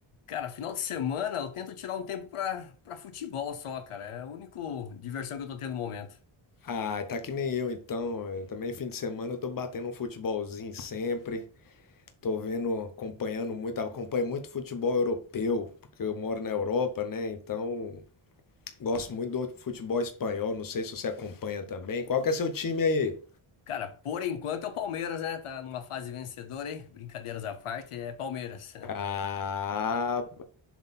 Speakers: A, on the left; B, on the left.
A: Cara, final de semana eu tento tirar um tempo pra, pra futebol só, cara. É a única diversão que eu tô tendo no momento.
B: Ah, tá que nem eu, então. Eu também fim de semana eu tô batendo um futebolzinho sempre. Tô vendo, acompanhando muito, acompanho muito futebol europeu, porque eu moro na Europa, né? Então, gosto muito do futebol espanhol. Não sei se você acompanha também. Qual que é seu time aí?
A: Cara, por enquanto é o Palmeiras, né? Tá numa fase vencedora, hein? Brincadeiras à parte, é Palmeiras.
B: Ah,
A: <laughs>